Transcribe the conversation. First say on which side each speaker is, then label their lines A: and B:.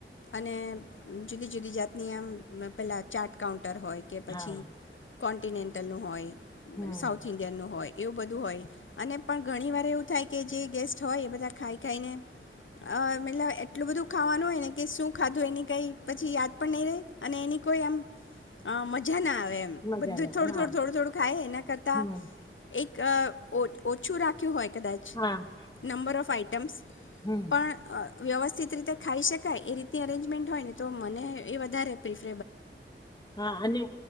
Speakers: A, on the left; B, on the left.
A: અને જુદી જુદી જાતની આમ પહેલાં ચા્ટ કાઉન્ટ ટર હોય કે પછી
B: હા
A: કોન્ટિનેન્ટલનું હોય.
B: હમ
A: સાઉથ ઇન્ડિયન નું હોય. એવું બધું હોય અને પણ ઘણી વાર એવું થાય કે જે ગેસ્ટ હોય એ બધા ખાઈ ખાઈને અ મતલબ એટલું બધું ખાવાનું હોય ને કે શું ખાધું એની કંઈ પછી યાદ પણ નહીં રહે અને એની કોઈ એમ અ મજા ના આવે. એમ
B: મજા
A: બધું
B: ના
A: થોડું
B: આવે
A: થોડું
B: હા
A: થોડું થોડું ખાય એના કરતા
B: હમ
A: એક અ ઓ ઓછું રાખ્યું હોય. કદાચ
B: હા
A: નંબર ઓફ આઈટ એટટેમસ.
B: હમ
A: પણ અ વ્યવસ્થિત રીતે ખાઈ શકાય એ રીતની અરેન્જમેન્ટ હોય ને તો મને એ વધારે પ્રિફ
B: હા અને